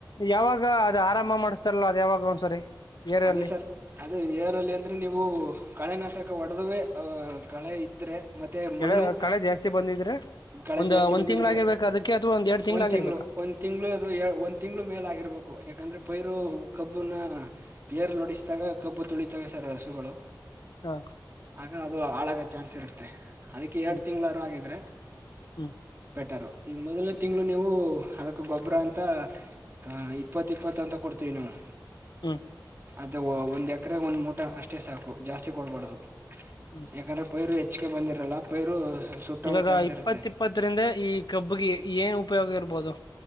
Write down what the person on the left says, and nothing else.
ಯಾವಾಗ ಅದ ಆರಾಮ ಮಾಡಸ್ತಾರಲ್ಲ ಅದು ಯಾವಾಗ ಒಂದ್ಸರಿ ಏರಲ್ಲಿ
ಕೆಳ
ಕಳೆ ಜಾಸ್ತಿ ಬಂದಿದ್ರೆ
ಒಂದ್
ಒಂದ್
ತಿಂಗ್ಗಳಾಗಿರ್ಬೇಕಾ ಅದಕ್ಕೆ ಅಥವಾ ಎರಡ್ ತಿಂಗ್ಗಳಾಗಿರ್ಬೇಕಾ
ಹ
ಹ್ಮ್
ಹ್ಮ್
ಹ್ಮ್
ಹ್ಮ್
ಇವಾಗ
ಇಪ್ಪತ್ತ
ಇಪ್ಪತ್ತರಿಂದ ಈ ಕಬ್ಬಗಿ ಏನ್. ಉಪಯೋಗ ಇರ್ಬೋದು?